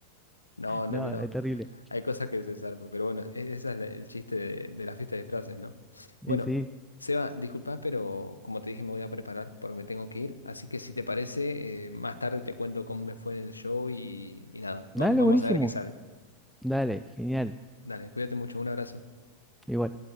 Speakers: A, on the left; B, in the centre.
A: No, no,
B: No,
A: no, no.
B: es terrible.
A: Hay cosas que se zarpan, pero bueno, e- ese es la- el chiste de, de la fiesta de disfraces, ¿no?
B: Y
A: Bueno,
B: sí,
A: Seba, disculpa, pero como te dije, me voy a preparar porque me tengo que ir. Así que si te parece, eh, más tarde te cuento cómo me fue en el show y, y nada,
B: dale,
A: va- vamos
B: buenísimo.
A: a ver qué sale.
B: Dale, genial.
A: Dale, cuídate mucho, un abrazo.
B: Igual.